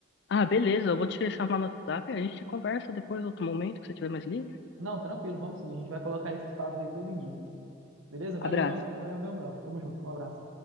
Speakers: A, on the left; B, on the right.
A: Ah, beleza, eu vou te chamar no WhatsApp, e a gente conversa depois, outro momento, que você tiver mais livre.
B: Não, tranquilo, vamos sim, a gente vai colocar esses papos aí todo dia. Beleza? Valeu,
A: Abraço.
B: meu- valeu, meu amigão. Tamo junto. Um abraço.